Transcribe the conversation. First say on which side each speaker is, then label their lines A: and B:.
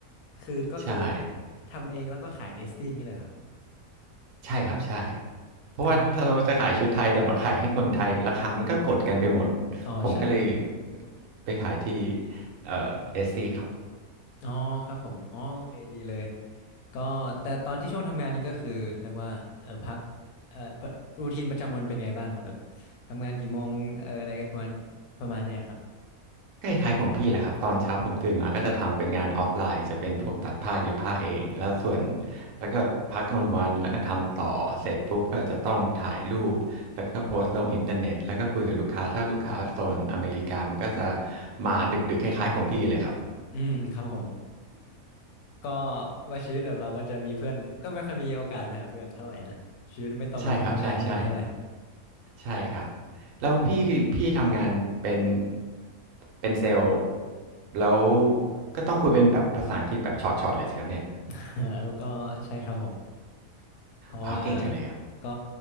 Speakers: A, on the left; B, on the right.
A: คือก็คือ
B: ใช่
A: ทำเองแล้วก็ขายในสติ้งนี่เลยเหรอครับ
B: ใช่ครับใช่เพราะว่าถ้าเราจะขายชุดไทยแต่มาขายให้คนไทยราคามันก็กดกันไปหมด
A: อ๋อโอเคอ๋อใช่
B: ผมก็เลยไปขายที่เอ่อเอสตี้ครับ
A: อ๋อครับผมอ๋อโอเคดีเลยก็แต่ตอนที่ช่วงทำงานนี่ก็คือเรียกว่าเออพักเออรูทีนประจำวันเป็นไงบ้างครับแบบทำงานกี่โมงเอออะไรประมาณประมาณเนี้ยครับ
B: ก็คล้ายๆของพี่แหละครับตอนเช้าผมตื่นมาก็จะทำเป็นงานออฟไลน์จะเป็นพวกตัดผ้าเย็บผ้าเองแล้วส่วนแล้วก็พักกลางวันแล้วก็ทำต่อเสร็จปุ๊บก็จะต้องถ่ายรูปแล้วก็โพสต์ลงอินเทอร์เน็ตแล้วก็คุยกับลูกค้าถ้าลูกค้าโซนอเมริกามันก็จะมาดึกๆคล้ายๆของพี่เลยครับ <laughs>
A: อืมครับผมก็ว่าชีวิตแบบเราก็จะมีเพื่อนก็ไม่ค่อยมีโอกาสไปหาเพื่อนเท่าไหร่นะชีวิตไม่ตรงกับคนทำงานคนอื่นเท่าไหร่
B: ใช่ครับใช่ใช่ใช่ครับแล้วพี่พี่ทำงานเป็นเป็นเซลล์แล้วก็ต้องคุยเป็นแบบภาษาอังกฤษแบบช็อตๆเลยสิครับเนี่ย
A: <laughs> แล้วก็ใช่ครับผมเพราะว่า
B: ว้าวเก่งจังเลยอะ
A: ก็